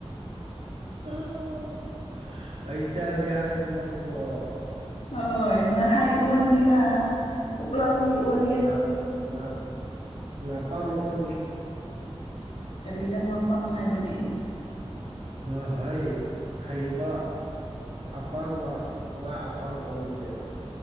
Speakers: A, on the right; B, on the left.
A: <inaudible> ꯑꯩ ꯆꯪꯒꯦ ꯍꯥꯏꯔꯣ ꯅꯪꯕꯣ
B: ꯍꯣꯏ ꯉꯍꯥꯏ ꯑꯣꯟꯒꯦꯔꯥ ꯄꯨꯛꯂꯥꯎꯕꯤ ꯑꯣꯟ
A: ꯉ ꯉ ꯉꯥꯄꯪ ꯑꯣꯟꯒꯦ
B: ꯀꯔꯤꯗ ꯉꯄꯥꯡ ꯍꯥꯏꯕꯗꯤ
A: ꯉꯍꯩ ꯍꯩꯕ ꯑꯄꯪꯕ ꯉꯥ ꯑꯄꯪ ꯑꯣꯟꯗꯦꯕ